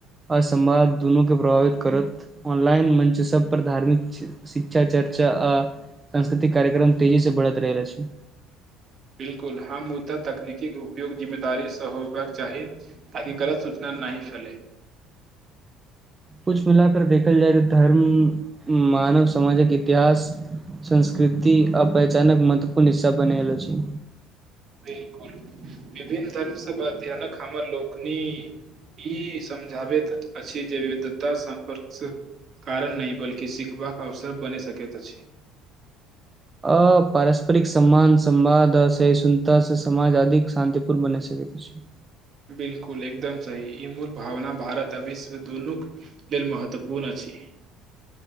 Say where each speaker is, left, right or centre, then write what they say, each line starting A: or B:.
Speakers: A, on the right; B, on the right.
A: आ समवाद दुनूकेँ प्रभावित करत ऑनलाइन मञ्च सभपर धार्मिक शिक्षा चर्चा आ सांस्कृतिक कार्यक्रम तेजीसँ बढ़ैत रहैत अछि।
B: बिलकुल हम मुद्दा तकनीकीक उपयोग जिम्मेदारीसँ होयबाक चाही ताकि ग़लत सूचना नहि फैलय।
A: कुछ मिला कर देखल जाए त धर्म मानव समाजक इतिहास संस्कृति आ पहिचानक महत्वपूर्ण हिस्सा बन रहलो छै।
B: बिलकुल विभिन्न धर्मसँ अध्ययनक हमर लोकनि ई समझाबैत अछि जे विविधता सम्पर्क कारण नहि बल्कि सिखबाक अवसर बनि सकैत अछि।
A: अ पारस्परिक सम्मान, संवाद, आसहिष्णुतास समाज अधिक शान्तिपूर्ण बनि सकैत छै।
B: बिलकुल एकदम सही ई मूल भावना भारत आ विश्व दुनूक लेल महत्वपूर्ण अछि।